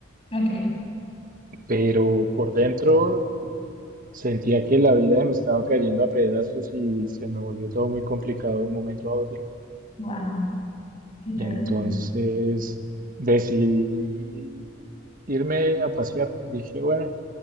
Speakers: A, on the left; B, on the right.
A: Ok.
B: pero por dentro sentía que la vida me estaba cayendo a pedazos y se me volvió todo muy complicado de un momento a otro.
A: Wow, qué terrible.
B: Y entonces decidí irme a pasear. Dije, bueno,